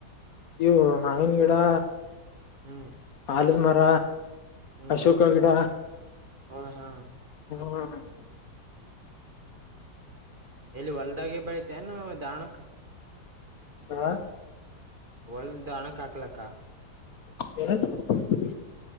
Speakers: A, on the left (about 65°); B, on the right (about 40°).
A: ಇವು ಮಾವಿನ ಗಿಡಾ.
B: ಹ್ಮ್.
A: ಆಲದ್ ಮರ
B: ಹ್ಮ್
A: ಅಶೋಕ ಗಿಡ.
B: ಹ ಹಾ
A: <inaudible>
B: ಎಲ್ಲಿ ಹೊಲ್ದಾಗೆ ಬೆಳಿತನು ದಾವಣಕ್ಕ.
A: ಹ.
B: ಒಳ್ಳದ ಹಣಕ್ ಹಾಕ್ಲಕ್ಕ.
A: <inaudible>